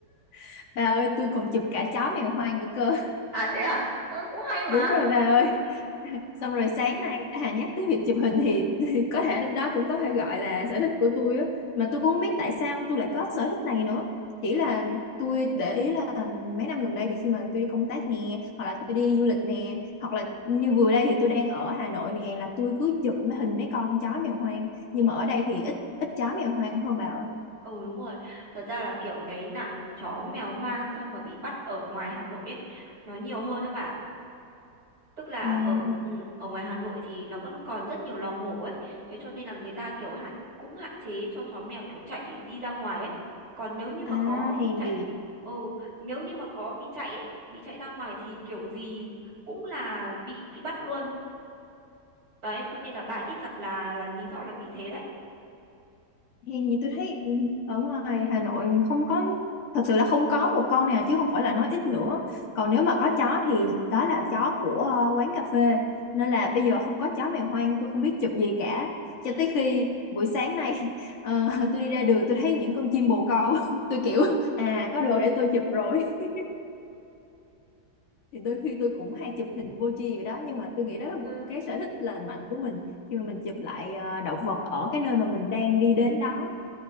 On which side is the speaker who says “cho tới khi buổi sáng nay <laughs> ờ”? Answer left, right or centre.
Left